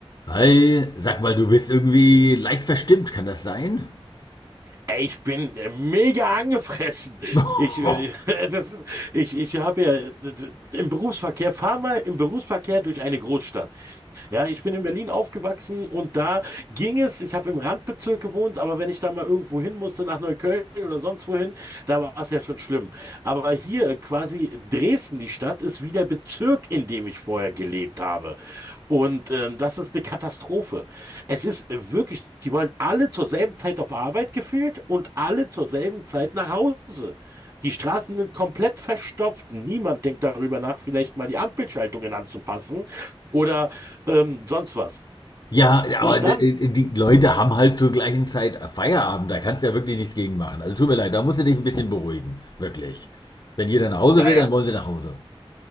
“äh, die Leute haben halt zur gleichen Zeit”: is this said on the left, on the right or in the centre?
Left